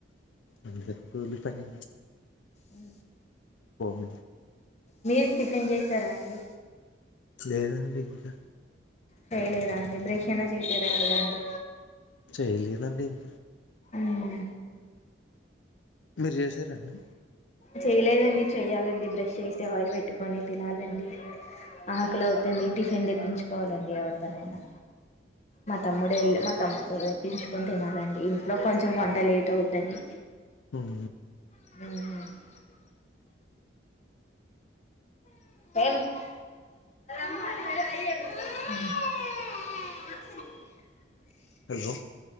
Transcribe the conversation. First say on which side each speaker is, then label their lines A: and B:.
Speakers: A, on the left (about 80°); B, on the left (about 35°).
A: అ గుర్లి పని
B: ఉ
A: కోమ
B: మీరు టిఫిన్ చేసారా అండి?
A: లేదండి ఇంకా
B: చేయలేదా అండి బ్రెషైనా చేసారా లేదా అండి
A: చేయలేదండి ఇం
B: మ్
A: మీరు చేసారాండి
B: చేయలేదండి చేయాలండి బ్రెష్ చేసి ఆయిల్ వెట్టుకొని తినాలండి ఆకలవుతుంది టి ఫిన్ దెప్పించుకోవాలండి ఎవరితోనైనా మ తమ్ముడే ఎల్లి మ తమ్ముతో తెప్పించుకొని తినాలండి ఇంట్లో కొంచెం వంట లేట్ అవుద్దండి
A: ఉం
B: మ్ <unintelligible>
A: హలో